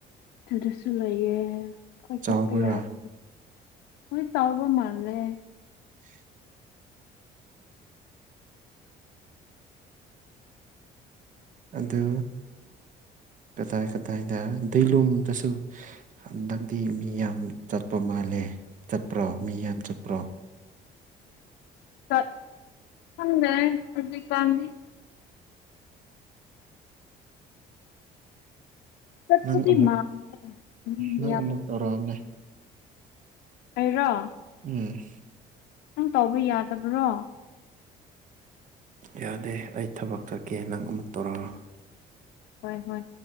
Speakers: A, on the left; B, on the right.
A: ꯑꯗꯨꯗꯁꯨ ꯂꯩꯌꯦ ꯑꯩꯏ
B: ꯆꯥꯎꯕ꯭ꯔꯥ
A: ꯆꯠꯄ ꯌꯥꯔꯦ ꯃꯣꯏ ꯇꯥꯎꯕ ꯃꯥꯂꯦ
B: <inaudible> ꯑꯗꯨ
A: <inaudible>
B: ꯀꯗꯥꯏ ꯀꯗꯥꯏꯗ ꯗꯂꯣꯝꯗꯁꯨ ꯍꯟꯗꯛꯇꯤ ꯃꯤ ꯌꯥꯝ ꯆꯠꯄ ꯃꯥꯜꯂꯦ ꯆꯠꯄ꯭ꯔꯣ ꯃꯤ ꯌꯥꯝ ꯆꯠꯄ꯭ꯔꯣ
A: ꯎꯝ ꯆꯠ ꯈꯪꯗꯦ ꯍꯧꯖꯤꯀꯥꯟꯗꯤ ꯆꯠꯄꯗꯤ
B: ꯅꯪ ꯑꯃꯨꯛ
A: ꯃꯥꯥꯟ ꯎꯝ
B: ꯅꯪ
A: ꯌꯥ
B: ꯑꯃꯨꯛ ꯇꯧꯔꯛꯑꯣꯅꯦ
A: ꯑꯩꯔꯣ
B: ꯎꯝ
A: ꯅꯪ ꯇꯧꯕ ꯌꯥꯗꯕ꯭ꯔꯣ
B: ꯌꯥꯗꯦ ꯑꯩ ꯊꯕꯛ ꯆꯠꯀꯦ ꯅꯪ ꯑꯃꯨꯛ ꯇꯧꯔꯛꯑꯣ
A: ꯍꯣꯏ ꯍꯣꯏ